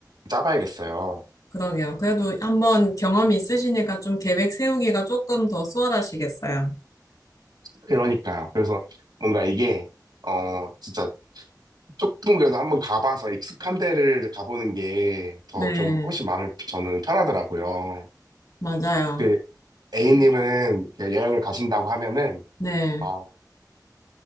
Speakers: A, on the right; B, on the left.
A: 짜봐야겠어요.
B: 그러게요. 그래도 한번 경험이 있으시니까 좀 계획 세우기가 조금 더 수월하시겠어요.
A: 그러니까요. 그래서 뭔가 이게, 어, 진짜 조금 그래도 한번 가봐서 익숙한 데를 가보는 게 더
B: 네,
A: 좀 훨씬 마음이 저는 편하더라고요.
B: 맞아요.
A: 그 A님은 이렇게 여행을 가신다고 하면은,
B: 네.
A: 어,